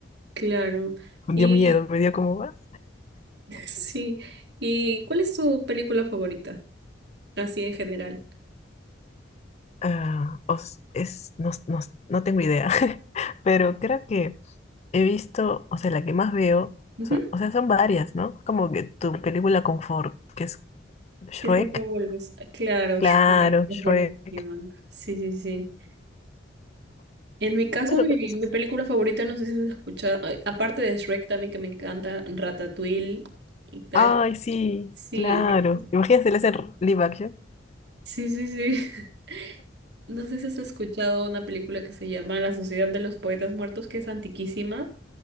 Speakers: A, on the right (about 60°); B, on the left (about 35°).
A: Claro.
B: Me
A: Y
B: dio miedo, me dio como... Ah,
A: <laughs> sí. ¿Y cuál es tu película favorita? Así en general.
B: ah, os- es, no, no, no tengo idea, <laughs> pero creo que... he visto, o sea, la que más veo,
A: Ujú.
B: o sea, o sea, son varias, ¿no? Como que tu película confort, que es Shrek,
A: Que siempre vuelves. Claro,
B: claro,
A: Shrek es
B: Shrek.
A: buenísima. Sí, sí, sí. En mi caso,
B: Bueno,
A: mi,
B: creo que es
A: mi
B: eso.
A: película favorita, no sé si has escuchado, ay, aparte de Shrek también que me encanta, Ratatouille y tal.
B: Ay, sí,
A: Sí,
B: claro.
A: me-
B: Imagínate, le hacen live action.
A: sí, sí, sí. <laughs> No sé si has escuchado una película que se llama La Sociedad de los Poetas Muertos, que es antiquísima,